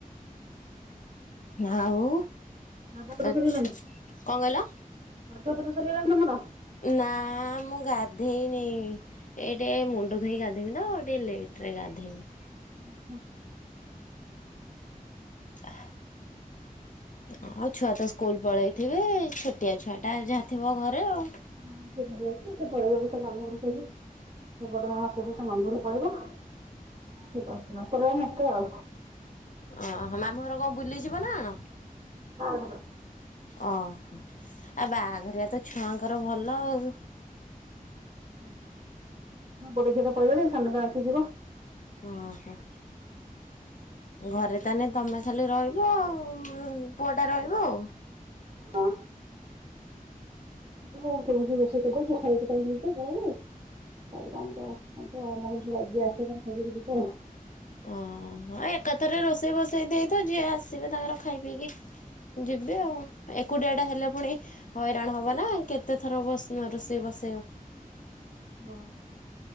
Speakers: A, on the left; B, on the right.
A: ଆଉ
B: ଗାଧୁଆ ପାଧୁଆ
A: ଆଛା
B: ସରିଗଲାଣି
A: କଣ କହିଲ?
B: <unintelligible> ସରିଗଲାଣି ତମର?
A: ନା ମୁଁ ଗାଧେଇ ନେଇଁ। ଏ ଟେ ମୁଣ୍ଡ ଧୋଇ ଗାଧେଇମି ତ ଟିକେ ଲେଟ ରେ ଗାଧୋଇମି।
B: ଓହୋ।
A: ହ ଆଉ ଛୁଆ ତ ସ୍କୁଲ ପଳେଇଥିବେ ଛୋଟିଆ ଛୁଆଟା ଯାହା ଥିବ ଘରେ ଆଉ।
B: ହଁ ସେ ଘରେ ଅଛି। ସେ ପଳେଇବ ବି ତା ମାମୁଁଘରକୁ ଆଜି। ସେ ବଡ଼ ମା ସହିତ ତା ମାମୁଁ ଘରକୁ ପଳେଇବ। ୟାଙ୍କର ମୁଁ ଏକା ଆଉ।
A: ଓହୋ, ମାମୁଁ ଘର କଣ ବୁଲିଯିବ ନା କନ?
B: ହଁ ହଁ।
A: ଓହୋ, ଆଉ ବାହାଘରିଆ ତ ଛୁଆଙ୍କର ଭଲ ଆଉ।
B: <unintelligible> ବଡ ଝିଅଟା ପଳେଇଗଲାଣି। ସାନଟା ଅଛି ଯିବ।
A: ଅଁ ହଁ। ଘରେ ତାହେଲେ ତମେ ଖାଲି ରହିବ, ଆଉ ପୁଅଟା ରହିବ ଆଉ।
B: ହଁ। ହଁ ହଁ ସେତ କହିଚି ରୋସେଇ କରଦବ ଖାଇଦେଇକି ତମେ ପଳେଇବ ଆଉ। ତାହାଲେ ତ ଆମର ହବ ଆମର ଯିଏ ଆଜି ଆସେ ଖାଇ ଦେଇକି ଯିବ ଆଉ।
A: ଓହ ଏକାଥରେ ରୋଷେଇ ବସେଇ ଦେଇଥା, ଯିଏ ଆସିବେ ତାଙ୍କର ଖାଇ ପିଇକି ଯିବେ ଆଉ ଏକୁଟିଆଟା ହେଲେ ପୁଣି ହଇରାଣ ହବ ନା କେତେ ଥର ବସେଇବ ରୋଷେଇ ବସେଇବ।
B: ହଁ